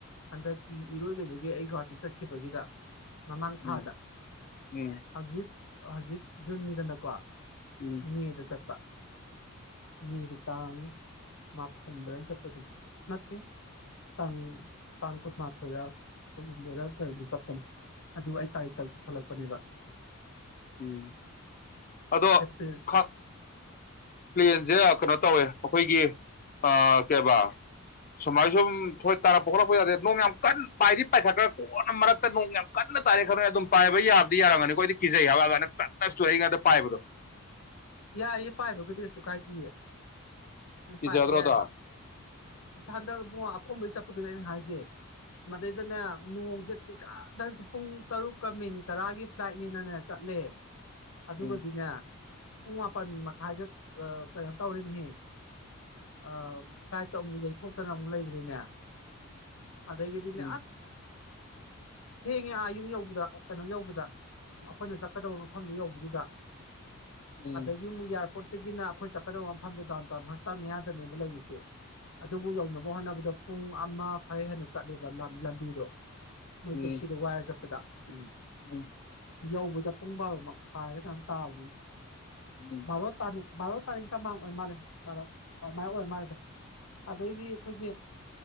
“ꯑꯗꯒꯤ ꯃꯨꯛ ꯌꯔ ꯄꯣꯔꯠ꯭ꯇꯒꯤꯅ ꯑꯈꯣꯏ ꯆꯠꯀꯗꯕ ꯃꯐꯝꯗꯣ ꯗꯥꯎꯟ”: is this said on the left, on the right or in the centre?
Left